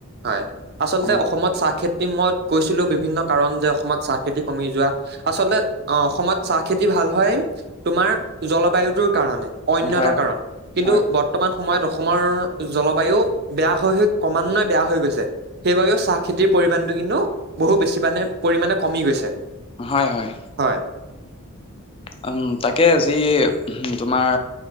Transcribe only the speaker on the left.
অ
হয়
হয়
হয় হয়।
উম তাকে আজি তোমাৰ।